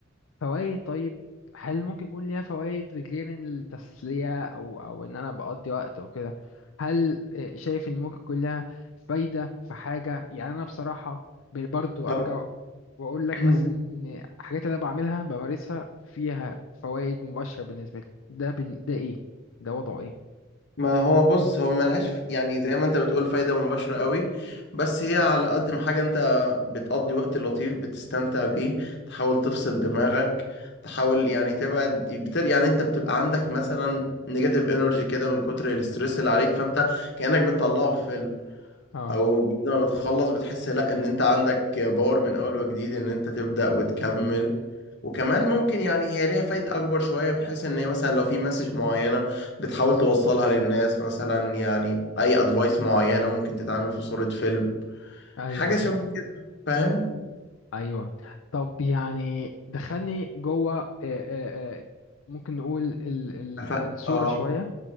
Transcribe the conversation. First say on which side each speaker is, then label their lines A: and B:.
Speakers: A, on the left; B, on the left.
A: فوائد طيب هل ممكن يكون ليها فوائد غير إن التسلية أو أو إن أنا بقضي وقت أو كده هل آه، شايف إن ممكن يكون لها فايدة في حاجة يعني أنا بصراحة ب- برضو أرجع
B: اه
A: وأقول لك
B: <laughs> <clears throat>
A: بس إن إن الحاجات اللي أنا بعملها بمارسها فيها فوائد مباشرة بالنسبة لي ده بن... ده إيه ده وضعه إيه
B: ما هو بص هو ملهاش ف- يعني زي ما انت بتقول فايدة مباشرة قوي بس هي على قد ما حاجة انت بتقضي وقت لطيف بتستمتع بيه تحاول تفصل دماغك تحاول يعني تبعد بتر يعني انت بتبقى عندك مثلا نيجاتيف انرجي كده من كتر الاسترس اللي عليك فانت كأنك بتطلعه في فيلم
A: اه
B: او بعد ما بتخلص بتحس لا ان انت عندك باور من اول وجديد ان انت تبدأ وتكمل وكمان ممكن يعني هي ليها فايدة اكبر شوية بحيث ان هي مثلا لو في مسج معينة بتحاول توصلها للناس مثلا يعني اي ادفايس معينة ممكن تتعمل في صورة فيلم
A: ايوه
B: حاجة شبه
A: ايوه
B: كده فاهم
A: ايوه طب يعني دخلني جوه آه، آه، آه، ممكن نقول ال- ال-
B: ف...
A: الصورة
B: اه
A: شوية